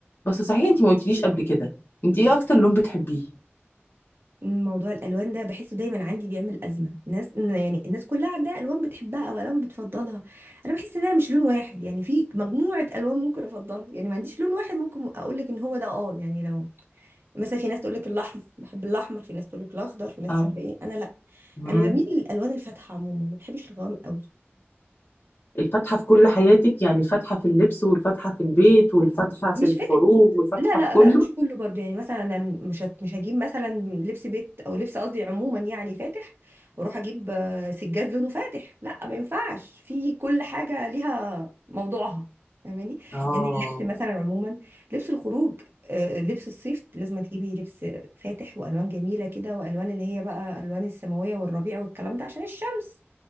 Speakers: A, on the left (about 60°); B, on the right (about 60°).
A: بس صحيح انتي ما قلتليش قبل كده انتي ايه اكتر لون بتحبيه
B: موضوع الالوان ده بحسه دايما عندي بيعمل ازمه ناس يعني الناس كلها عندها الوان بتحبها او الوان بتفضلها انا بحس ان انا مش لون واحد يعني في مجموعه الوان ممكن افضلها يعني ما عنديش لون واحد ممكن اقول لك ان هو ده اه يعني لو مثلا في ناس تقول لك الاحمر بحب الاحمر في ناس تقول لك الاخضر في ناس
A: اه
B: مش عارفه ايه انا لا
A: امم
B: انا بميل للالوان الفاتحه عموما ما بحبش الغوامق قوي
A: الفاتحة في كل حياتك يعني الفاتحة في اللبس والفاتحة في البيت والفاتحة في
B: مش
A: الخروج
B: فاتح
A: والفاتحة
B: لا لا
A: في كله
B: لا مش كله برضو يعني مثلا أنا مش هت- مش هجيب مثلا لبس بيت او لبس قصدي عموما يعني فاتح واروح اجيب آه، سجاد لونه فاتح لا ما ينفعش في كل حاجه ليها موضوعها فاهماني
A: اه
B: يعني اللبس مثلا عموما لبس الخروج آه، لبس الصيف لازم تجيبي لبس فاتح والوان جميله كده والوان اللي هي بقى الوان السماويه والربيع والكلام ده عشان الشمس